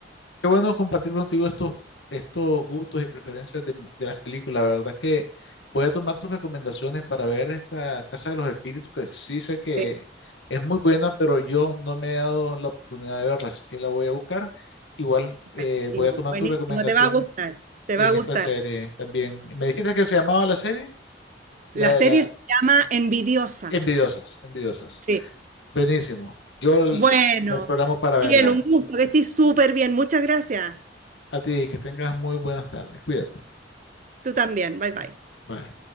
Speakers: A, on the left; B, on the right.
A: qué bueno compartir contigo estos, estos gustos y preferencias de, de las películas. La verdad que voy a tomar tus recomendaciones para ver esta Casa de los Espíritus, que sí sé que
B: sí,
A: es muy buena, pero yo no me he dado la oportunidad de verla, así que la voy a buscar. Igual eh,
B: Buenísimo,
A: voy a tomar
B: buenísimo,
A: tu recomendación
B: te va a gustar, te
A: en
B: va a gustar.
A: esta serie también. ¿Me dijiste que se llamaba la serie? La
B: La
A: de
B: serie
A: la
B: se llama Envidiosa.
A: Envidiosas, Envidiosas.
B: Sí.
A: Buenísimo. Yo el-
B: Bueno,
A: me programo para verla.
B: Miguel, un gusto, que estés súper bien. Muchas gracias.
A: A ti, que tengas muy buenas tardes. Cuídate.
B: Tú también. Bye bye.
A: Bye.